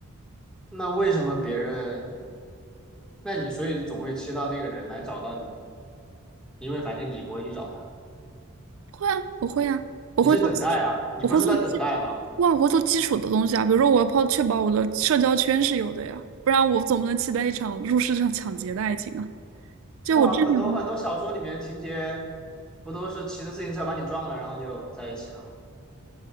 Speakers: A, in the centre; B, on the right.
A: 那为什么别人那你所以总会期待那个人来找到你，因为反正你不会去找他，
B: 会啊，我会啊，我会做基，
A: 你是等待啊，你不是在等待吗？
B: 我会做基，哇，我会做基础的东西啊，比如说我要泡确保我的社交圈是有的呀，不然我总不能期待一场入室抢抢劫的爱情啊。就我这种，
A: 没有啊，很多很多小说里面情节不都是骑着自行车把你撞了，然后就在一起了吗？